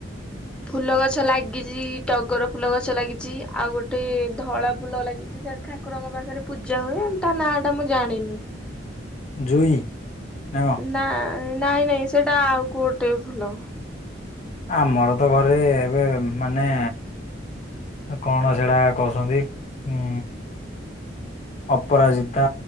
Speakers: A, in the centre; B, on the left (about 40°).
A: ଫୁଲ ଗଛ ଲାଗିଛି ଟଗର ଫୁଲ ଗଛ ଲାଗିଛି ଆଉ ଗୋଟେ ଧଳା ଫୁଲ ଲାଗି ଚି ସେଇଟା ଠାକୁରଙ୍କ ପାଖରେ ପୂଜା ହୁଏ ତା ନାଁ ଟା ମୁଁ ଜାଣିନି।
B: ଜୁଇ ନା କଁ।
A: ନା ନାଇଁ ନାଇଁ ସେଇଟା ଆଉ କୋଉ ଗୋଟେ ଫୁଲ।
B: ଆମର ତ ଘରେ ଏବେ ମାନେ। କଣ ସେଇଟା କହୁଛନ୍ତି ଉଁ। ଅପରାଜିତା